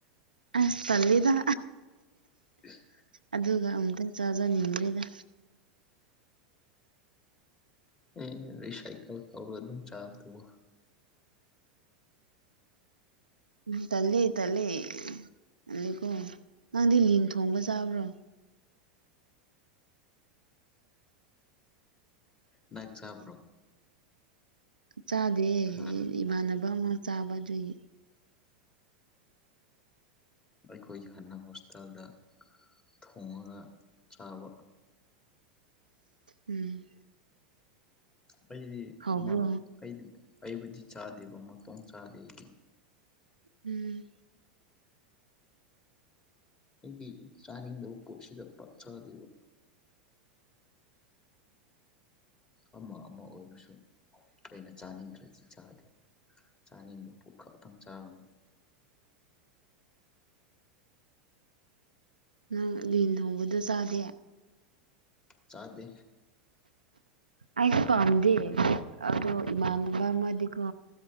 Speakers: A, on the right (about 80°); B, on the left (about 20°).
A: ꯑ ꯇꯂꯗ
B: ꯏꯁ
A: ꯑꯗꯨꯒ ꯑꯃꯨꯛꯇꯪ ꯆꯥꯖꯅꯤꯡꯗ꯭ꯔꯦꯗ
B: ꯑꯩꯅ ꯔꯤꯁꯥꯏꯀꯜ ꯇꯧꯔ ꯑꯗꯨꯝ ꯆꯥꯕꯗꯨꯕ
A: ꯎ ꯇꯜꯂꯦ ꯇꯠꯂꯦ ꯇꯜꯂꯦꯀꯣ ꯅꯪꯗꯤ ꯂꯤꯟ ꯊꯣꯡꯕ ꯆꯥꯕ꯭ꯔꯣ
B: ꯅꯪ ꯆꯕ꯭ꯔꯣ
A: ꯆꯥꯗꯦ
B: ꯍꯥ
A: ꯏꯃꯥꯟꯅꯕ ꯑꯃ ꯆꯥꯕ ꯑꯗꯨꯏ
B: ꯑꯩꯈꯣꯏꯒꯤ ꯍꯥꯟꯅ ꯍꯣꯁꯇꯥꯦꯜꯗ ꯊꯣꯡꯉꯒ ꯆꯥꯕ
A: ꯎꯝ
B: ꯑꯩꯗꯤꯗꯤ
A: ꯍꯥꯎꯕ꯭ꯔꯣ
B: ꯑꯩꯕꯨꯗꯤ ꯆꯥꯗꯦꯕ ꯃꯇꯣꯡ ꯆꯥꯗꯦ ꯑꯩꯗꯤ
A: ꯎꯝ
B: ꯑꯩꯗꯤ ꯆꯥꯅꯤꯡꯗꯕ ꯄꯣꯠꯁꯤꯗ ꯄꯛꯊꯗꯦꯕ ꯑꯃ ꯑꯃ ꯑꯣꯏꯔꯁꯨ ꯑꯩꯅ ꯆꯥꯅꯤꯡꯗ꯭ꯔꯗꯤ ꯆꯥꯗꯦ ꯆꯥꯅꯤꯡꯕ ꯄꯠ ꯈꯛꯇꯪ ꯆꯥꯕꯅꯤ
A: ꯅꯪ ꯂꯤꯟ ꯊꯣꯡꯕꯗꯣ ꯆꯥꯗꯦ
B: ꯆꯥꯗꯦ
A: ꯑꯩꯁꯨ ꯄꯥꯝꯗꯦ ꯑꯗꯣ ꯏꯃꯥꯟꯅꯕ ꯑꯃꯗꯤꯀꯣ